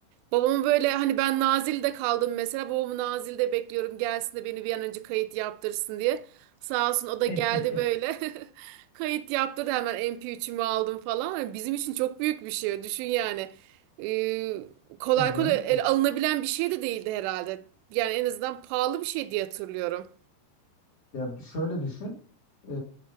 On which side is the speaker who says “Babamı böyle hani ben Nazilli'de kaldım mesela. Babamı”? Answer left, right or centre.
Right